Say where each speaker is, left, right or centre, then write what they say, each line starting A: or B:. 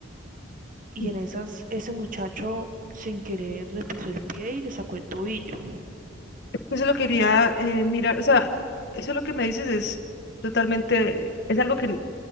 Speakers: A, on the right; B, on the left.
A: y
B: Ujú.
A: en esas ese muchacho sin querer le pisó el pie y le sacó el tobillo.
B: Eso lo quería eh, mirar, o sea, eso lo que me dices es totalmente, es algo que,